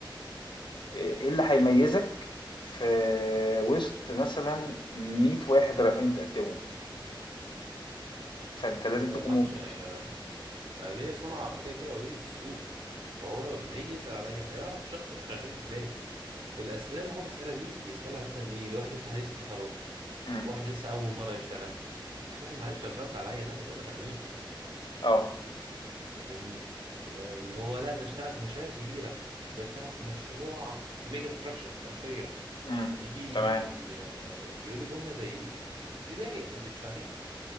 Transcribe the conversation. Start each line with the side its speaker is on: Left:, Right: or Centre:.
Left: آه، ايه اللي هيميزك في وسط مثلا 100 واحد رايحين يتقدموا فانت لازم
Right: ما-
Left: تكون
Right: معلش
Left: مم.
Right: يعني آه، لا انا ليا سمعه كده كده اوريدي في السوق فهو لما هيجي يسال عليا هيعرف الشخص ده شغال ازاي الاسئله اللي هو بيسالها دي يسالها مثلا ايه لواحد لسه حديث التخرج
Left: مم.
Right: واحد لسه اول مره يشتغل مش واحد معلش لو سالت عليا الناس هتقول لك انا مين
Left: اه
Right: انت فاهمني آه، اللي هو لا ده اشتغل في مشاريع كبيره ده اشتغل في مشروع ميجا ستراكشر حرفيا
Left: مم.
Right: يجي
Left: تمام
Right: آه، يقول لي جمله زي دي دي ضايق ما اكدبش عليك